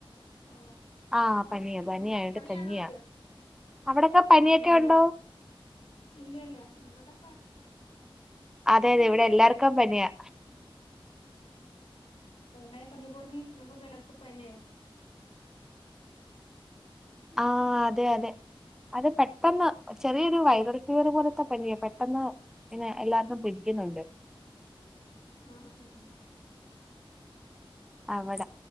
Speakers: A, on the left; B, in the centre.
A: ഓഹ്
B: ആഹ്
A: ഓഹ്
B: പനിയ
A: കേൾക്കുന്നുണ്ട്.
B: പനിയായോണ്ട്
A: പനിയാണോയ്ക്ക?
B: കഞ്ഞിയാ അവിടൊക്കെ പനിയൊക്കെ
A: ഏഹ്
B: ഉണ്ടോ?
A: ഇല്ലല്ല ഇവിടെ പനി
B: അതെ അതെ ഇവിടെ എല്ലാർക്കും പനിയാ
A: ഇപ്പൊ. ഓമ്മ പറഞ്ഞിയപ്പോ ഞ വിലർക്കുംപ്പന്നായോ
B: ആ അത് അതെ അതെ അത് പെട്ടന്ന് ചെറിയൊരു വൈറൽഫീവർ പോലത്തെ പനിയെ പെട്ടെന്ന് പിന്നെ എല്ലാർക്കും പിടിക്കുന്നുണ്ട്
A: ആഹ് ആഹ്
B: അവിട